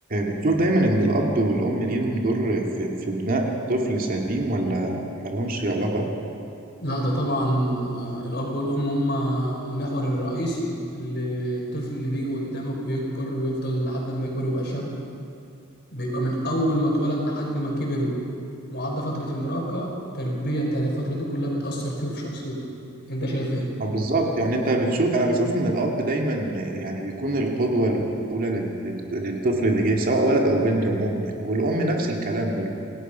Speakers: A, on the right; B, on the left.
A: بتشوف دايما إن الأب والأم ليهم دور في, في بناء طفل سليم ولا ملهمش علاقة أوي؟
B: لا ده طبعا آه، الأب والأم هم المحور الرئيسي للطفل اللي بيجي قدامك ويكبر ويفضل لحد ما يكبر ويبقى شاب بيبقى من أول ما اتولد لحد ما كبر وعدى فترة المراهقة التربية بتاعت الفترة دي كلها بتأثر فيه وفي شخصيته أنت شايف إيه؟
A: آه، بالظبط يعني أنت بتشوف أنا بشوف إن الأب دايما يعني بيكون القدوة الأولى لل- للطفل اللي جاي سواء ولد أو بنت عموما يعني والأم نفس الكلام برضه